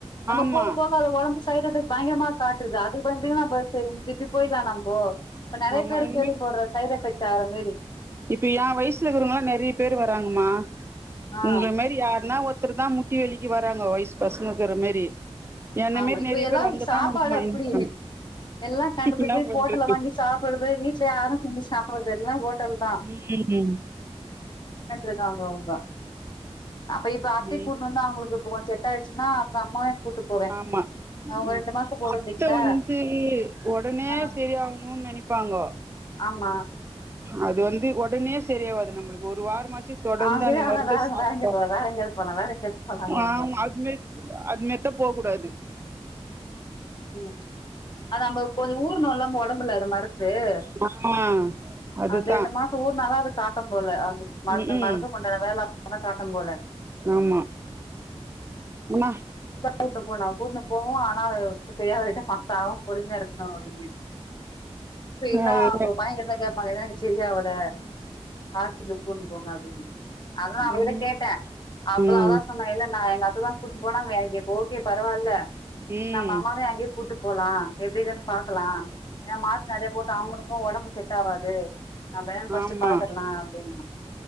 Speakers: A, on the left (about 45°); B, on the right (about 25°).
A: நம்ம
B: ஆமா
A: போக- போக அது ஒடம்பு சைட் எஃபெக்ட் பயங்கரமா காட்டுறது <unintelligible> போயலாம் நம்போ இப்ப நறைய
B: ஆமா
A: பேரு
B: இனிமேல்
A: கேள்வி படுரோ சைட எஃபக்ட் <inaudible>
B: இப்ப என் வயசுல இருக்கிறவங்களாம் நெறைய பேரு வராங்கமா
A: ஆ
B: உங்கல மாரி யாருன்னா ஒருத் தான் முட்டி வெலிக்கு வராங்க வயிஸ் பசங்கிரா மாரி என்ன
A: ஆமா
B: மாரி
A: இப்ப
B: நெறைய
A: எல்லாம்
B: பேர் அங்கதா
A: சாப்பாடு
B: வந்து மயங்குறாங்க
A: அப்படி எல்லாம் கண்டத
B: என்ன
A: போய்
B: பண்றது
A: ஹோட்டல்ல வாங்கி சாப்படுறது வீட்ல யாரும் செஞ்சு சாப்பிடுறது எல்லாம் <unintelligible> <inaudible> பயித்து
B: ம்
A: இருக்காங்க அவங்க அப்ப இப்ப அத்தை
B: ம்
A: கூடினுவந்தான அவங்களுக்கு கொஞ்ச செ ஆச்சன்னா அப்றோஅம்மவையு கூட்டு போவே
B: ஆமா
A: அவுங்க
B: உம்
A: ரெண்டு மாச போடுந்தீங்கள
B: அத்த வந்து ஒடனே
A: ஆ
B: சரியாகணும்னு நினைப்பாங்கோ
A: ஆமா
B: அது வந்து உடனே சரியாவாது நம்மளுக்கு ஒரு வாரமா ச்சி தொடர்ந்து
A: ஆ சரி
B: அந்த
A: அதெல்லா
B: மருந்த
A: வேற
B: சாப்டொ
A: வேற எங்கயாது போலா வேற எங்கயாது போலா வேற எங்கயாது போலானுவாங்க
B: ஆமா அது மாரி அது மாரி போ கூடாது
A: <inaudible> அது நம்ம கொஞ்சோ ஊர்னோல்லா நம்ப <unintelligible> அது
B: ஆ அதுதா
A: அந்த இந்தமாசோ காட்டும் போல மருந்து
B: ம் ம்
A: மருந்து பண்றவேல கூட காட்டும் போல
B: ஆமா ன
A: கூட்னு போனா கூட்டினு போவோம் ஆனா சயா <inaudible> சாவம் பொறுமையா இருக்கணும் அப்டின்னு இப்ப இவங்க
B: அதுதா
A: அவங்க பையன் கிட்டதான் கேட்பாங்க என்ன சரிய அவட ஆ சொல்ல போ போகாதீங்க அததான் அவகிட்ட
B: ம்
A: கேட்டேன் அப்பதான்
B: ம்
A: அவதான் சொன்னேன் இல்லலை நான் நான் இப்ப தான் கூட்டிட்டு போனாங்க எனக்கு இப்போ ஓகே பரவால்ல
B: ம்
A: மாமாவே அங்கேயே கூட்டஇப் போலாம் எப்படிது பாக்கலாம் ஏ மாத்தர நிறைய போட்டு அவங்களுக்கும் உடம்பு செட் ஆகாது நான்ணஸ்ட்ட்
B: ஆமா
A: பாத்துலாம் அப்படின்னா